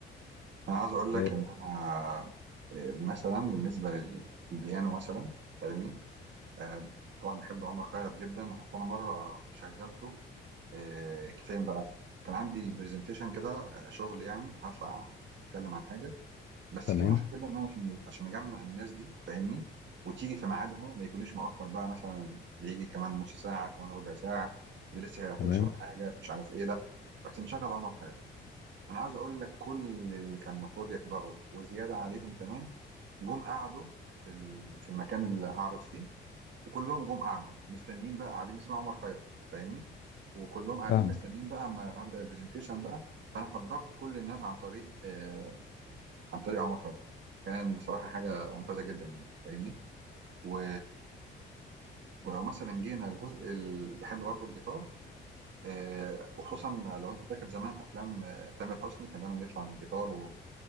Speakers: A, on the right; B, on the left.
A: انا عايز اقول لك
B: آه،
A: ان انا آه، مثلا بالنسبه للبيانو مثلا فاهمني آه، طبعا بحب عمر خيرت جدا حتى انا مره شغلته آه، فين بقى كان عندي برزنتيشن كده آه، شغل يعني هطلع اتكلم عن حاجه بس
B: تمام
A: في مشكله ان انا عشان عشان اجمع الناس دي فاهمني وتيجي في ميعادها ما يجوليش مؤخر بقى مثلا اللي يجي كمان نص ساعه كمان ربع ساعه اللي لسه هي-
B: تمام
A: هيشرب حاجه مش عارف ايه لا رحت مشغل عمر خيرت انا عاوز اقول لك كل اللي كان المفروض يحضروا وزياده عليهم كمان جم قعدوا في ال- في المكان اللي هعرض فيه وكلهم جم قعدوا مستنيين بقى قاعدين بيسمعوا عمر خيرت فاهمني وكلهم قاعدين
B: فاهم
A: مستنيين بقى اما ابدا البرزنتيشن بقى فانا حضرت كل الناس عن طريق آه، عن طريق عمر خيرت كان بصراحة حاجة ممتازة جدا يعني فاهمني و... ولو مثلا جينا الجزء اللي بحب برضه الجيتار آه، وخصوصا لو انت فاكر زمان افلام آه، تامر حسني كان دايما يطلع بالجيتار و...